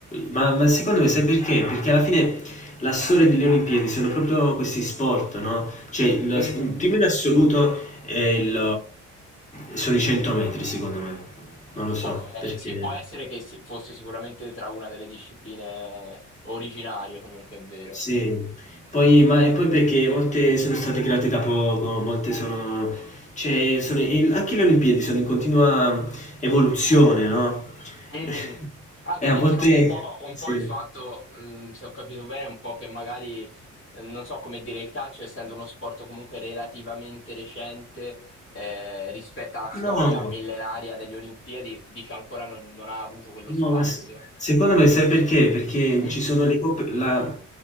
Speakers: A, on the left; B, on the left.
A: Ma, ma secondo me sai perché? Perché alla fine la storia delle Olimpiadi sono proprio questi sport, no? Cioè il,
B: Mm.
A: il primo in assoluto è il, sono i 100 metri, secondo me, non lo so
B: Ok,
A: perché...
B: sì, può essere che si- fosse sicuramente tra una delle discipline originarie, comunque è vero.
A: Sì, poi, ma, e poi perché molte sono state create da poco, molte sono, cioè, sono in- anche le Olimpiadi sono in continua evoluzione, no?
B: Mhm.
A: <laughs>
B: Ah, quindi
A: E a volte,
B: diciamo un po', un
A: sì.
B: po' il fatto, mh, se ho capito bene, un po' che magari, eh, non so come dire, il calcio, essendo uno sport comunque relativamente recente, eh, rispetto alla storia
A: No,
B: millenaria delle Olimpiadi, dice ancora non, non ha avuto quello spazio.
A: No, ma s- secondo me sai perché? Perché
B: Mhm.
A: ci sono le coppe, la-